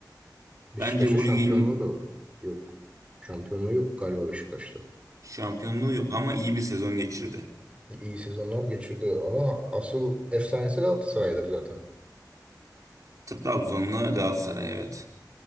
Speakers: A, on the right; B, on the right.
A: Beşiktaş'ta
B: Bence bu
A: şampiyonluğu
B: ligin
A: da yok. Şampiyonluğu yok galiba Beşiktaş'ta.
B: şampiyonluğu yok ama iyi bir sezon geçirdi.
A: İyi sezonlar geçirdi ama asıl efsanesi Galatasaray'dır zaten.
B: Trabzon'la Galatasaray evet.